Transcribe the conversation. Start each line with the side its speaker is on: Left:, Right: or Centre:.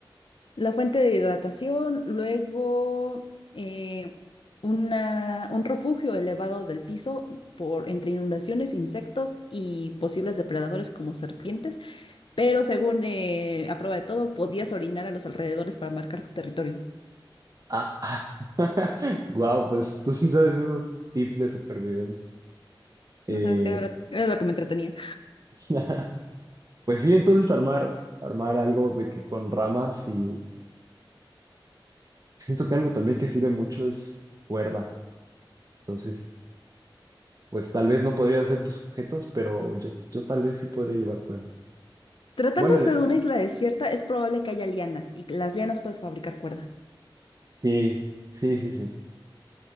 Left: La fuente de hidratación, luego eh, una- un refugio elevado del piso por, entre inundaciones, insectos y posibles depredadores como serpientes, pero según eh, a prueba de todo, podías orinar a los alrededores para marcar tu territorio.
Right: Ah, ah. <laughs> Wow, pues tú sí sabes esos tips de supervivencia. Eh,
Left: No sabes qué era lo, era lo que me entretenía.
Right: <laughs> pues sí, entonces armar, armar algo de que con ramas y siento que algo también que sirve mucho es cuerda. Entonces, pues tal vez no podría hacer tus objetos, pero yo, yo tal vez sí podría llevar cuerda.
Left: Tratándose
Right: Bueno, en-
Left: de una isla desierta, es probable que haya lianas y las lianas puedes fabricar cuerda.
Right: sí, sí, sí, sí.